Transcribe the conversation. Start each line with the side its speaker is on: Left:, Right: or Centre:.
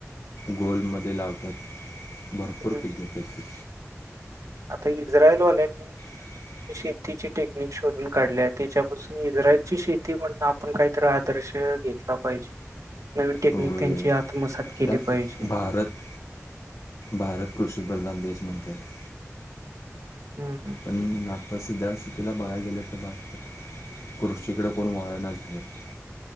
Left: गोलमध्ये लावतात, भरपूर
Right: हम्म.
Left: पीक घेतात ते.
Right: आता इज्राईलवाल्यांनी
Left: <inaudible>
Right: शेतीची टेक्निक शोधून काढल्या. त्याच्यापासून इस्रायलची शेती म्हण आपण काहीतरी आदर्श घेतला पाहिजे. नवीन टेक्निक
Left: होय.
Right: त्यांची आत्मसात केली
Left: त्यात
Right: पाहिजे.
Left: भारत भारत कृषीप्रधान देश म्हणत्यात.
Right: हं.
Left: पण आत्ता सध्या स्थितीला बघाय गेलं तर भारतात कृषीकड कोण वळना झालेत.